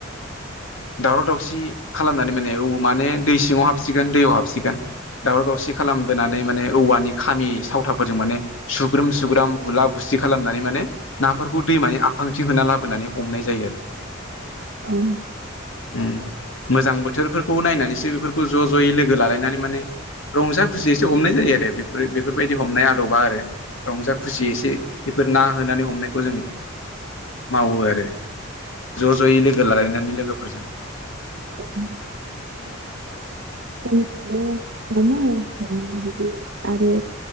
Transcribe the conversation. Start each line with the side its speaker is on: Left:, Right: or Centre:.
Left: दावराव दावसि खालामनानै माने औ माने दै सिङाव हाबसिगोन दैयाव हाबसिगोन दावराव दावसि खालाम बोनानै माने औवानि खामि सावथाफोरजों माने सुग्रोम सुग्राम बुला बुसि खालामनानै माने नाफोरखौ दैमानि आफांथि होना लाबोनानै हमनाय जायो आरो
Right: औ
Left: उम मोजां बोथोरफोरखौ नायनानैसो बेफोरखौ ज' जयै लोगो लालायनानै माने रंजा खुसियैसो हमनाय जायो आरो बेफोर बेफोरबायदि हमनाय आदबा आरो रंजा खुसि एसे बेफोर ना होनानै हमनायखौ जों मावो आरो ज' जयै लोगो लालायनानै लोगोफोरजों
Right: <unintelligible>
Left: <inaudible>
Right: जोंनिथिंबो हमो हमनाया बिदि आरो